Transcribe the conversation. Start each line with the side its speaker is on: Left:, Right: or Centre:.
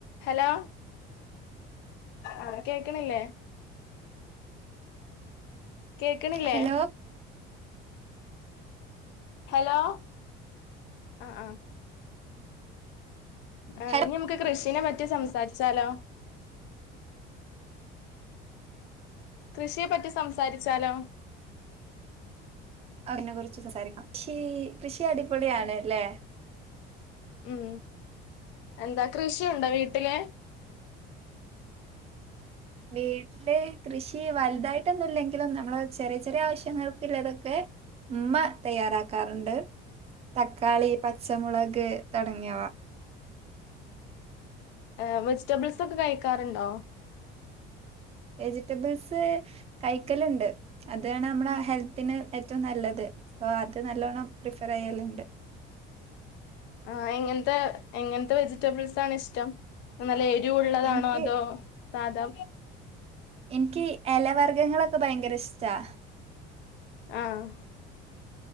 Left: Hello ആഹ് കേക്ക്ണില്ലേ കേക്ക്ണില്ലേ
Right: ഹലോ
Left: ഹലോ ആഹ് ആഹ് ആഹ്
Right: ഹലോ
Left: ഇഞ്ഞമ്മക്ക് കൃഷിനെ പറ്റി സംസാരിച്ചാലോ കൃഷിയെ പറ്റി സംസാര്ച്ചാലോ
Right: അതിനെ കുർച്ച് സംസാരിക്കാം കൃഷി കൃഷി അടിപൊളിയാണ് ല്ലേ
Left: ഉം എന്താ കൃഷിയുണ്ടോ വീട്ടില്
Right: വീട്ട്ല് ല് കൃഷി വൽതായിട്ടൊന്നുല്ലെങ്കിലും നമ്മള് ചെറിയ ചെറിയ ആവശ്യങ്ങൾക്കിള്ളതൊക്കെ ഉമ്മ തയ്യാറാക്കാറുണ്ട് തക്കാളി പച്ചമുളക് തൊടങ്ങിയവ
Left: ഏഹ് വെജിറ്റബിൾസൊക്കെ കയിക്കാറുണ്ടോ
Right: വെജിറ്റബിൾസ് കൈക്കല്ണ്ട് അതാണ് നമ്മളെ ഹെൽത്തിന് ഏറ്റവും നല്ലത് സൊ അത് നല്ലോണം പ്രിഫറെയ്യലുണ്ട്
Left: ആഹ് എങ്ങൻത്തെ എങ്ങൻത്തെ വെജിറ്റബിൾസാണിഷ്ടം നല്ല എരിവുള്ളതാണോ
Right: എനിക്ക്
Left: അതോ സാധാ
Right: എനിക്കി എലവർഗങ്ങളൊക്കെ ഭയങ്കര ഇഷ്ടാ
Left: ആഹ്